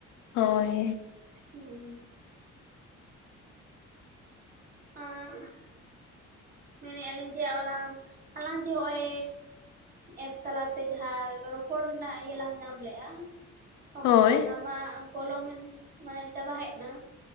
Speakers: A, on the left (about 75°); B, on the right (about 30°).
A: ᱦᱳᱭ ᱾
B: ᱦᱩᱸ ᱾ ᱦᱮᱸ ᱢᱮᱱᱮᱜᱼᱟ ᱞᱤᱧ ᱡᱮ ᱟᱞᱟᱝ ᱟᱞᱟᱝ ᱡᱮ ᱱᱚᱜᱼᱚᱭ ᱮᱯ ᱛᱟᱞᱟᱛᱮ ᱡᱟᱦᱟᱸ ᱨᱚᱯᱚᱲ ᱨᱮᱱᱟᱜ ᱤᱭᱟᱹ ᱞᱟᱝ ᱧᱟᱢ ᱞᱮᱜᱼᱟ, ᱚᱠᱛᱚ
A: ᱦᱳᱭ
B: ᱚᱱᱟ ᱢᱟ ᱯᱚᱞᱚᱢᱮᱱ ᱢᱟᱱᱮ ᱪᱟᱵᱟ ᱦᱮᱡ ᱮᱱᱟ,